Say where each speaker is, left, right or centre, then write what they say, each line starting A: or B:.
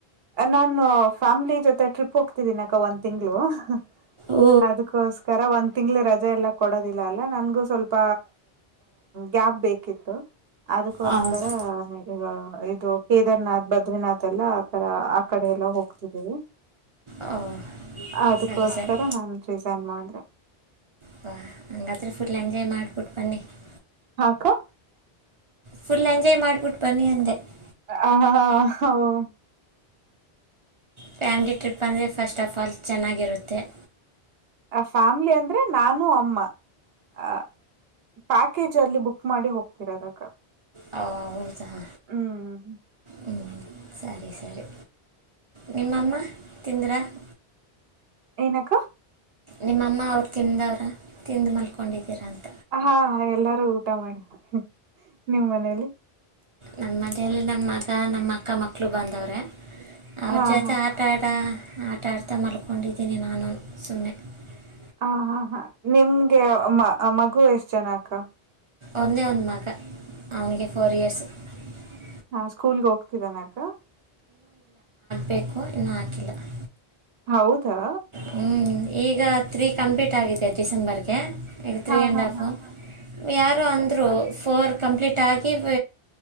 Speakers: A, on the right; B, on the right.
A: ನಾನು ಫ್ಯಾಮ್ಲಿ ಜೊತೆ ಟ್ರಿಪ್ ಹೋಗ್ತಿದ್ದೀನ ಅಕ ಒಂದ್ ತಿಂಗ್ಗಳು <unintelligible>
B: ಓ
A: ಅದಕ್ಕೋಸ್ಕರ ಒ <unintelligible> ತಿಂಳ ರಜೆ ಎಲ್ಲ ಕೊಡೋದಿಲ್ಲ ಅಲ್ಲ ನನ್ಗೂ ಸ್ವಲ್ಪ ಗ್ಯಾಪ್ ಬೇಕಿತ್ತು <unintelligible> ಅದಕೋಸ್ಕರ
B: ಹೌದು
A: ಈಗ ಇದು ಕೇದಾರ್ನಾಥ್ ಬದ್ರಿನಾಥ್ ಎಲ್ಲ ಆತರ <unintelligible> ಕಡೆ ಎಲ್ಲ ಹೋಗ್ತಿದ್ದೀವಿ <unintelligible>
B: ಓ
A: ಅದಕೋಸ್ಕರ
B: ಸರಿ ಸರಿ
A: ನಾನೂ ರಿಸೈನ್ ಮಾಡಿದೆ <unintelligible>
B: ಹಾ ಹಂಗತ್ರಿ ಫುಲ್ ಎಂಜಾಯ್ ಮಾಡ್ಬಿಟ್ಟು ಬನ್ನಿ <unintelligible>
A: ಹಾ ಕ <unintelligible>
B: ಫುಲ್ ಎಂಜಾಯ್ ಮಾಡ್ಬಿಟ್ಟು ಬನ್ನಿ ಅಂದೆ <unintelligible>
A: ಆ ಹಾ ಹಾ ಹ <unintelligible>
B: ಫ್ಯಾಮ್ಲಿ ಟ್ರಿಪ್ ಅಂದರೆ ಫಸ್ಟ್ ಆಫ್ ಆಲ್ ಚೆನ್ನಾಗಿರುತ್ತೆ <unintelligible>
A: ಆ ಫ್ಯಾಮ್ಲಿ ಅಂದ್ರೆ ನಾನು ಅಮ್ಮ ಆ <unintelligible> ಪ್ಯಾಕೇಜ್ ಅಲ್ಲಿ ಬುಕ್ ಮಾಡಿ ಹೋಗ್ತೀರದಾಗ <unintelligible>
B: ಹೌದ <unintelligible>
A: ಹ್ಮ್ <unintelligible>
B: ಹ್ಞೂ ಸರಿ ಸರಿ ನಿಮ್ಮಮ್ಮ ತಿಂದಿ್ರಾ <unintelligible>
A: ಏನಕ್ಕ <unintelligible>
B: ನಿಮ್ಮಮ್ಮ ಅವ್ರು ತಿಂದವ್ರ ತಿಂದು ಮಲ್ಕೊಂಡಿದ್ದೀರ ಅಂತ <unintelligible>
A: ಹಾ ಎಲ್ಲಾರು ಊಟ ಮಾಡಾರೆ ನಿಮ್ ಮನೇಲಿ <unintelligible>
B: ನಮ್ಮ ಮನೆಯಲ್ಲಿ ನಮ್ಮ ಮಗ ನಮ್ಮ ಅಕ್ಕ ಮಕ್ಳು ಬಂದವ್ರೆ <unintelligible> ಅವರು
A: ಹಾ
B: ಜತೆ
A: ಹಾ
B: ಆಟಾ ಆಟ <unintelligible> ಆಟ ಆಡ್ತಾ ಮಲ್ಕೊಂಡಿದ್ದೀನಿ ನಾನು ಸುಮ್ಮನೆ <unintelligible>
A: ಹ ಹಾ ಹಾ ನಿಮ್ಗೆ ಮಗು ಎಷ್ಟ ಜನ ಅಕ್ಕ <unintelligible>
B: ಒಂದೇ ಒಂದ ಮಾಕ ಅವನಿಗೆ ಫೋರ್ ಇಯರ್ಸ್ <unintelligible>
A: ನಾ ಸ್ಕೂಲ್ಗೆ ಹೋಗ್ತಿದ್ದನಕ <unintelligible>
B: ಬೇಕು ಇನ್ನೂ ಹಾಕಿಲ್ಲ <unintelligible>
A: ಹೌದಾ
B: ಹ್ಮ್, ಈಗ ತ್ರೀ ಕಂಪ್ಲೀಟ್ ಆಗಿದೆ ಡಿಸೆಂಬರ್ಗೆ ಈಗ ತ್ರೀ
A: ಹಾ
B: ಅಂಡ್
A: ಹಾ
B: ಹಫ್
A: ಹಾ
B: ಯಾರು ಅಂದ್ರರು ಫೋರ್ ಕಂಪ್ಲೀಟ್ಹಾಗಿ ವ